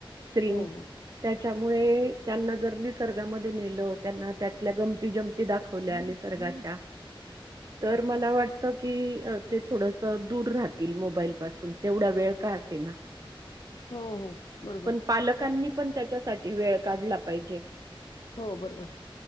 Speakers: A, on the right; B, on the left.
A: स्क्रीन.
B: हो हो
A: त्यामुळे त्यांना जर निसर्गामध्ये नेलं, त्यांना त्यातल्या गमंती जमंती दाख वल्या निसर्गाच्या
B: <unintelligible>
A: तर मला वाट त, की ते थोडस दूर राहतील मोबाईल पासून, तेवढा वेळ का असेना.
B: हो हो बरोबर
A: पण पालकांनी पण त्याच्यासाठी वेळ काढला पाहिजे.
B: हो बरोबर.